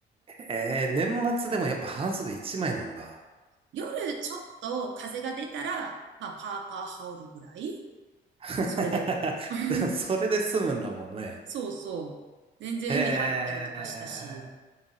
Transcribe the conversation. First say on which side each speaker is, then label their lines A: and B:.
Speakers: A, on the right; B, on the right.
A: えー、年末でもやっぱ半袖一枚なんだ。
B: 夜ちょっと風が出たら、まあパーカー羽織るぐらい
A: <laughs>
B: それでも。<laughs>
A: でもそれで済むんだもんね。
B: そうそう。全然海入ったりとかしたし。
A: へえ。